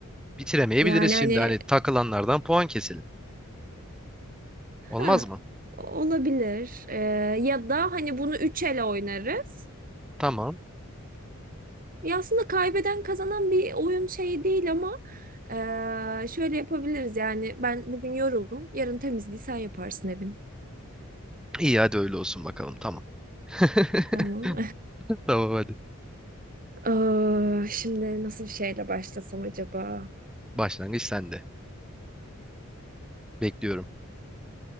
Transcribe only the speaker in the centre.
Bitiremeyebiliriz
şimdi.
Hani takılanlardan puan keselim.
Olmaz mı?
Tamam.
İyi hadi öyle olsun bakalım. Tamam. <laughs>
Tamam hadi.
Başlangıç sende. Bekliyorum.